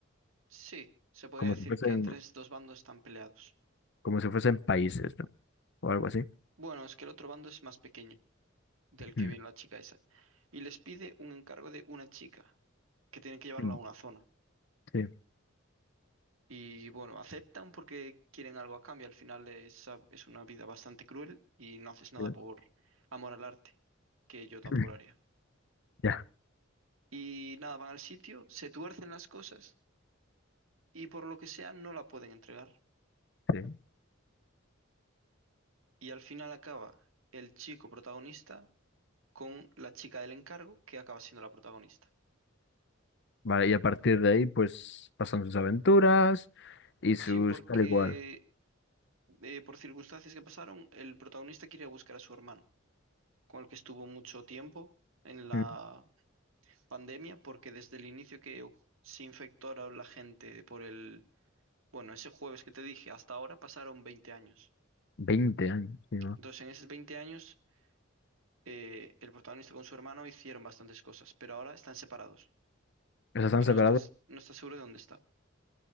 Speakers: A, on the right; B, on the left.
A: Sí, se podría
B: como
A: decir
B: si fuesen,
A: que entre estos dos bandos están peleados.
B: como si fuesen países, ¿no? O algo así.
A: Bueno, es que el otro bando es más pequeño, del que
B: Mm,
A: viene la chica esa, y les pide un encargo de una chica, que tienen que llevarla
B: mm,
A: a una zona.
B: Sí.
A: Y bueno, aceptan porque quieren algo a cambio, al final es, es una vida bastante cruel y no haces nada
B: sí.
A: por amor al arte, que yo tampoco
B: <laughs>
A: lo haría.
B: Ya,
A: Y nada, van al sitio, se tuercen las cosas y por lo que sea no la pueden entregar.
B: sí.
A: Y al final acaba el chico protagonista con la chica del encargo que acaba siendo la protagonista.
B: Vale, y a partir de ahí, pues pasan sus aventuras y sus
A: Sí, porque
B: tal y cual.
A: eh, por circunstancias que pasaron, el protagonista quiere buscar a su hermano, con el que estuvo mucho tiempo en la
B: Mm,
A: pandemia, porque desde el inicio que se infectó a la gente por el, bueno, ese jueves que te dije, hasta ahora pasaron 20 años.
B: 20 años, sí, ¿no? O
A: Entonces, en esos 20 años, eh, el protagonista con su hermano hicieron bastantes cosas, pero ahora están separados
B: sea, ¿Están
A: y no
B: separados?
A: estás, no estás seguro de dónde está.